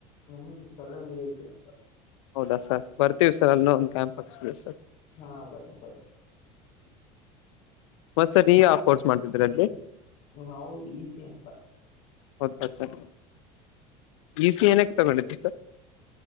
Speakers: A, on the left; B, on the left.
A: ಹ್ಮ್ಮ್ ಹ್ಮ್ ಸರ್ ಎಂ ವಿ <unintelligible> ಅಂತ.
B: ಹೌದಾ ಸರ್ ಬರ್ತೀವಿ ಸರ್ ಅಲ್ಲಿ ಒಂದು ಕ್ಯಾಂಪ್ ಹಾಕ್ಸಿವಿ ಸರ್.
A: ಹಾ ಬನ್ನ ಬನೀ.
B: ಹೋತ್ಸರೀ ಯಾವ ಕೋರ್ಸ್ ಮಾಡ್ತಿದ್ರ ಅಲ್ಲಿ.
A: ನಾವು ಈಸಿ ಎಂ ಅಂತ.
B: ಹೌದಾ ಸರ್ ಈಸ ಏನಕ್ಕೆ ತಗೊಂಡರಿ ಸರ್.